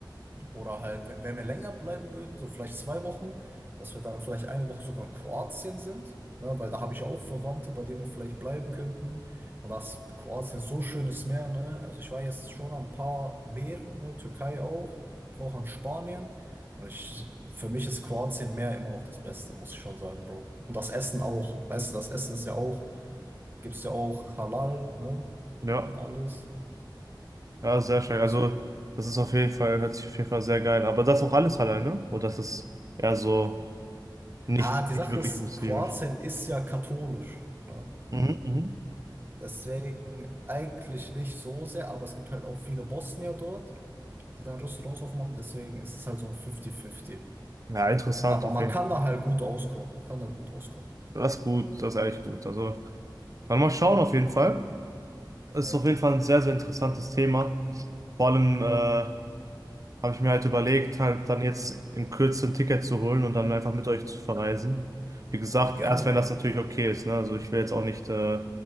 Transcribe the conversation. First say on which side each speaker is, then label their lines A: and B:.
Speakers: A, on the right; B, on the right.
A: oder halt, wenn wenn wir länger bleiben würden, so vielleicht zwei Wochen, dass wir dann vielleicht eine Woche sogar in Kroatien sind, ne? Weil da habe ich auch Verwandte, bei denen wir vielleicht bleiben könnten. Und das Kroatien ist so schönes Meer, ne? Also ich war jetzt schon an ein paar Meeren, ne? Türkei auch. Ich war auch an Spanien. Und ich, für mich ist Kroatien Meer immer noch das Beste, muss ich schon sagen, Bro. Und das Essen auch. Weißt du, das Essen ist ja auch, gibt's ja auch Halal, ne?
B: Ja,
A: Und alles.
B: ja, sehr schön. Also,
A: Deswegen.
B: das ist auf jeden Fall, hört sich auf jeden Fall sehr geil. an. Aber das auch alles alleine? Oder das ist eher so. Nicht,
A: Ah, die
B: nicht
A: Sache
B: wirklich
A: ist,
B: muslimisch.
A: Kroatien ist ja katholisch, ne?
B: Mhm, mhm.
A: Deswegen eigentlich nicht so sehr, aber es gibt halt auch viele Bosnier dort, die dann Restaurants aufmachen, deswegen ist es halt so ein 50-50.
B: Ja, interessant
A: Aber
B: auf
A: man
B: jeden
A: kann
B: Fall.
A: da halt gut auskommen, man kann da gut auskommen.
B: Das ist gut, das ist echt gut. Also, dann mal schauen auf jeden Fall. Es
A: Ja,
B: ist
A: ja,
B: auf jeden Fall ein sehr, sehr interessantes Thema. Vor allem
A: klar.
B: äh, habe ich mir halt überlegt, halt dann jetzt in Kürze ein Ticket zu holen und dann einfach mit euch zu verreisen. Wie gesagt,
A: Ja, gerne,
B: erst wenn
A: Bro.
B: das natürlich okay ist, ne? Also ich will jetzt auch nicht äh,